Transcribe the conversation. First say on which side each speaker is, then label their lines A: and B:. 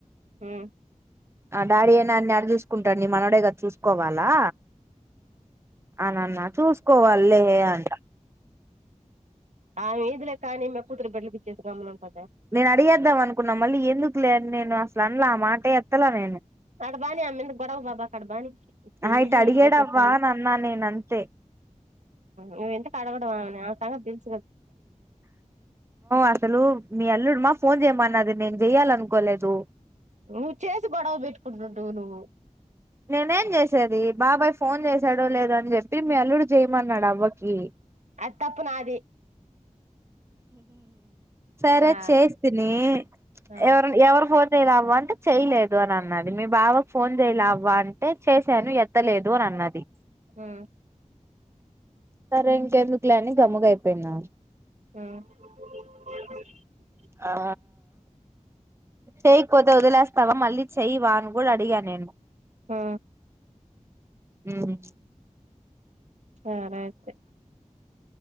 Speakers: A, on the right; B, on the right.
A: హ్మ్
B: ఆ డాడీ అనాని అడ చూసుకుంటాడు నీ మనవడేగాద చూసుకోవాలా అనన్నా చూసుకోవాలి లే అంట
A: ఆమె ఇదిలే కానీ మ కూతురు బడ్లుకిచ్చేసి గమనం ప
B: నేను అడిగేద్దాం అనుకున్నాం మళ్ళీ ఎందుకు లేని నేను అసలు అనలా ఆ మాటె ఎత్తల నేను
A: కడబానీ ఆమె గొడవ బాబా కడబనీ
B: ఆహా
A: ఈని
B: ఇటు అడిగాడవ్వా
A: పోతే పోనీ
B: అని అన్నా నేను అంతే
A: నువ్వు ఎందుకు అడగడం వల్ల సంగతి తెల్
B: అసలు మీ అల్లుడు మా ఫోన్ చేయమన్నది నేను చెయాల అనుకోలేదు తో
A: నువ్వు చేసి గొడవ పెట్టుకుంటుడు నువ్వు
B: నేనేం చేసేది బాబాయ్ ఫోన్ చేసాడో లేదో అని చెప్పి మీ అల్లుడు చేయమన్నాడు అవ్వకి
A: అత్తప్పు నాది
B: సరే
A: ఆ
B: చేస్తస్తని
A: ఆ
B: ఎవరు ఎవరు చేయలావ అంటే చేయలేదు అని అన్నది మీ బాబాకు ఫోన్ చేయలే అవ్వ అంటే చేసాను చెత్తలేదు అని అన్నది
A: ఉ
B: సరే ఇంక ఎందుకులేని గముగయిపోయినా
A: మ్మ్
B: ఆ చేయకపోతే వదిలేస్ స్తవా మళ్ళీ చెయయివా అని కూడా అడిగా నేను
A: ఉ
B: మ్మ్
A: సరే అయితే